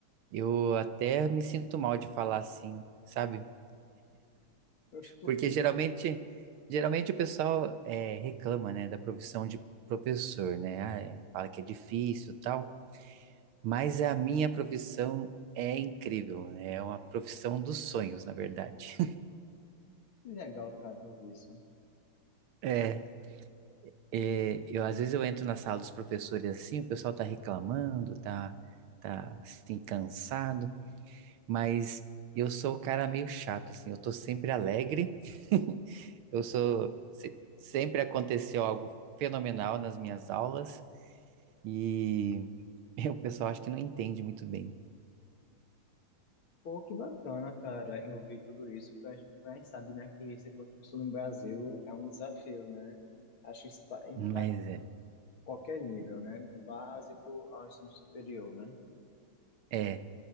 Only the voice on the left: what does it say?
Oxe, por
quê?
Que legal, cara, de ouvir isso.
Pô, que bacana, cara, em ouvir tudo isso, porque a gente, a gente sabe, né, que ser professor no Brasil é um desafio, né? Acho que isso pa- impacta
qualquer nível, né? Do Básico ao ensino superior, né?